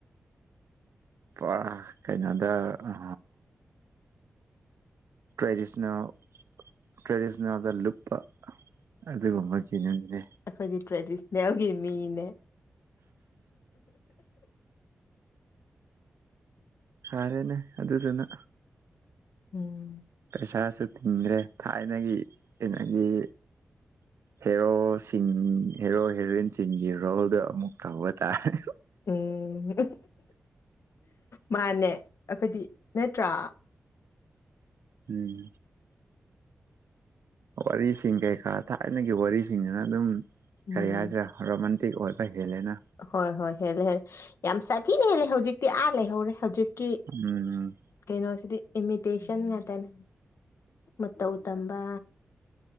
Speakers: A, on the right; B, on the left.
A: ꯄ ꯀꯩꯅꯣꯗ ꯑ ꯇ꯭ꯔꯦꯗꯤꯁ‍꯭ꯅꯦꯜ ꯇ꯭ꯔꯦꯗꯤꯁ꯭ꯅꯦꯜꯗ ꯂꯨꯞꯄ ꯑꯗꯨꯒꯨꯝꯕꯒꯤꯅꯟꯅꯦ
B: ꯑꯈꯣꯏꯒꯤ ꯇ꯭ꯔꯦꯗꯤꯁ꯭ꯅꯦꯜꯒꯤ ꯃꯤꯅꯦ
A: ꯁꯥꯔꯦꯅꯦ ꯑꯗꯨꯗꯨꯅ
B: ꯎꯝ
A: ꯄꯩꯁꯥꯁꯨ ꯇꯤꯡꯗ꯭ꯔꯦ ꯊꯥꯏꯅꯒꯤ ꯀꯩꯅꯒꯤ ꯍꯦꯔꯣꯁ ꯏꯪ ꯍꯦꯔꯣ ꯍꯦꯔꯣꯏꯟꯁꯤꯡꯒꯤ ꯔꯣꯜꯗ ꯑꯃꯨꯛ ꯇꯧꯕ ꯇꯥꯔꯦ
B: ꯎꯝ ꯃꯥꯅꯦ ꯑꯈꯣꯏꯗꯤ ꯅꯠꯇ꯭ꯔꯥ
A: ꯎꯝ ꯋꯥꯔꯤꯁꯤꯡ ꯀꯩꯀꯥ ꯊꯥꯏꯅꯒꯤ ꯋꯥꯔꯤꯁꯤꯡꯁꯤꯅ ꯑꯗꯨꯝ
B: ꯎꯝ
A: ꯀꯔꯤ ꯍꯥꯏꯁꯤꯔꯥ ꯔꯣꯃꯥꯟꯇꯤꯛ ꯑꯣꯏꯕ ꯍꯦꯜꯂꯦꯅ
B: ꯍꯣꯏ ꯍꯣꯏ ꯍꯦꯜꯂꯦ ꯍꯦꯜꯂꯦ ꯌꯥꯝ ꯁꯥꯊꯤꯅ ꯍꯦꯜꯂꯦ ꯍꯧꯖꯤꯛꯇꯤ ꯑꯥ ꯂꯩꯍꯧꯔꯦ ꯍꯧꯖꯤꯛꯀꯤ
A: ꯎꯝ
B: ꯀꯩꯅꯣꯁꯤꯗꯤ ꯏꯃꯤꯇꯦꯁꯟ ꯉꯥꯛꯇꯅꯤ ꯃꯇꯧ ꯇꯝꯕ